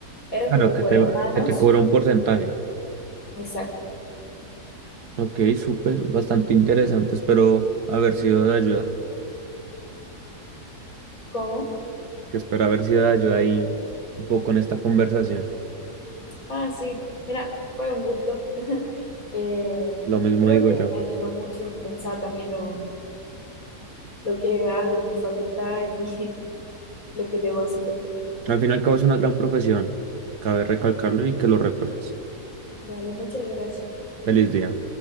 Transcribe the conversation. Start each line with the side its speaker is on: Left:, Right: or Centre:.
Left: era
Right: Claro
Left: como
Right: que
Left: por
Right: te
Left: hermanos.
Right: va, que te cobra un porcentaje.
Left: Exacto.
Right: Ok, súper, bastante interesante. Espero haber sido de ayuda.
Left: ¿Cómo?
Right: que espero haber sido de ayuda ahí un poco en esta conversación.
Left: Ah, sí, mira, fue un gusto. Eh,
Right: Lo mismo
Left: creo
Right: digo
Left: que
Right: yo.
Left: me ayudó mucho en pensar también lo, lo que hago en mi facultad y <laughs> lo que debo hacer también.
Right: Al fin y al cabo es una gran profesión, cabe recalcarlo y que lo recuerdes.
Left: Dale, muchas gracias.
Right: Feliz día.